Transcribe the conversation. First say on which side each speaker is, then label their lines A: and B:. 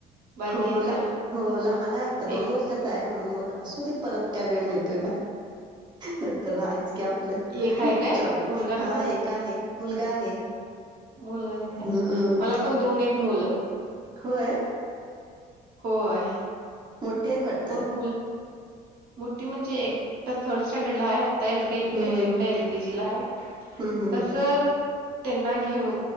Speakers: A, on the right; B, on the right.
A: बारकीे
B: हो
A: आहेत काय?
B: ला हो लहान आहे आत्ता दोन
A: एक
B: वर्षाचा आहे म्हणून मग असू दे परत काय वेळ मिळतोय का. नंतर हायच की आपलं
A: एक आहे काय?
B: जॉबच,
A: मुलगा
B: हा
A: का मुलगी?
B: एक आहे. मुलगा आहे.
A: मुलगा आहे
B: हम्म
A: काय? मला पण दोन हाईत मुलं.
B: होय?
A: होय.
B: मोठेे आहेत वाटतं?
A: मुलं मोठी म्हणजे एक तर थर्ड स्टँडर्डला आहे. आता एलके एकटं
B: हम् हम
A: एलकेजीला आहे.
B: हम् हम
A: तसं
B: हम
A: त्यांना घेऊ